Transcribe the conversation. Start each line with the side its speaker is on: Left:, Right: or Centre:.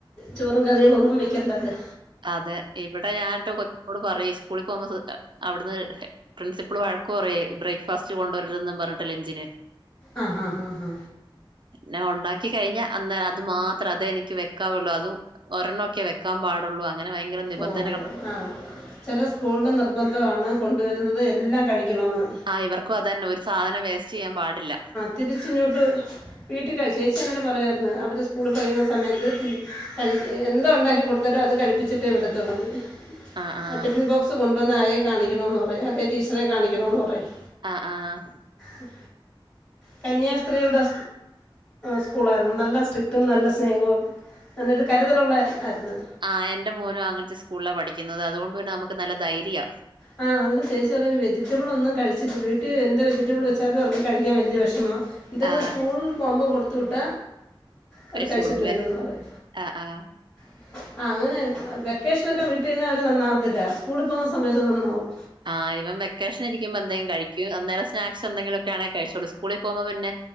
Left: ചോറും കറികളൊന്നും വെക്കണ്ടാല്ലേ
Right: അതെ ഇവിടെ ഞാട്ട് കൊച്ചിനോട് പറയും സ്കൂളി പോവുംമ്പോ ശ്രദ്ധി അവിട്ന്ന് പ്രിൻസിപ്പൾ വഴക്ക് പറേം ബ്രേക്ക്ഫാസ്റ്റ് കൊണ്ടുവെരുതെന്നും പറഞ്ഞിട്ട് ലെഞ്ചിന്
Left: അ ഹാ ഹ ഹാ
Right: നാ ഒണ്ടാക്കി കഴിഞ്ഞ അന്നേരം അത് മാത്രേ അതെ എനിക്ക് വെക്കാ ഒള്ളൂ അതും ഒരെണൊക്കെ വെക്കാൻ പാടുള്ളൂ അങ്ങന ഭയങ്കര നിബന്ധനകളൊ
Left: ഓ ഓ ആ ചെല സ്കൂൾൽ നിർബന്ധമാണ് കൊണ്ടുവെരുന്നത് എല്ലാം കഴിക്കണമെന്ന്
Right: ആ ഇവർക്കും അത്തന്നെ ഒരു സാധനം വേസ്റ്റയ്യാൻ പാടില്ല
Left: തിരിച്ചുങ്ങോട്ടു വീട്ട് <unintelligible> ചേച്ചി അന്നേരം പറയായിരുന്നു അവര് സ്കൂള് പയിയുന്ന സമയത്ത് കഴി എന്തോ ഉണ്ടാക്കി കൊടുത്താലും അത് കഴിപ്പിച്ചിട്ടേ വിടത്തോള്ളൂ ന്ന്
Right: ആഹ് ആഹ്
Left: ടിഫിൻ ബോക്സ് കൊണ്ടുവന്ന് ആയെ കാണിക്കണോന്ന് പറയും അല്ലെ ടീച്ചറെ കാണിക്കണന്ന് പറയും
Right: ആ. ആഹ്
Left: ഉ കന്യാസ്ത്രീകളുടെ സ്കൂളായിരുന്നു നല്ല സ്ട്രിക്റ്റും നല്ല സ്നേഹവും അന്നരു കരുതലുള്ള ആയിരുന്നു
Right: ആ എന്റെ മോനും അങ്ങൻത്തെ സ്കൂൾലാ പഠിക്കുന്നത് അതുകൊണ്ട് തന്നെ നമുക്ക് നല്ല ധൈര്യ
Left: ആ അന്നേരം ചേച്ചി പറയും വെജിറ്റബിൾ ഒന്നും കഴിചില്ല വീട്ടി എന്ത് വെജിറ്റബിൾ വെച്ചാലും അവർക്ക് കഴിക്കാൻ വല്ല്യ വേശ്മാ ഇതങ്ങ്
Right: ആഹ്
Left: സ്കൂൾ പോവുമ്പം കൊടുത്ത വിട്ട അവര്
Right: കഴിച്ചോളൂല്ലേ?
Left: കഴിച്ചിട്ട് വരുന്ന് പറിം
Right: ആഹ് ആഹ്
Left: ആ ആ അങ്ങനെ വെക്കേഷനൊക്കെ വീട്ടീന്ന് അവര് നന്നാവത്തില്ല സ്കൂള് പോവുന്ന സമയത്ത് നന്നാവും
Right: ആ ഇവം വെക്കേഷൻ ഇരിക്കുമ്പോ എന്തേ കയി അന്നേരം സ്നാക്സ് എന്തങ്കിലോക്കെ ആണേ കഴിചോളും സ്കൂളിൽ പോവുമ്പോ പിന്നെ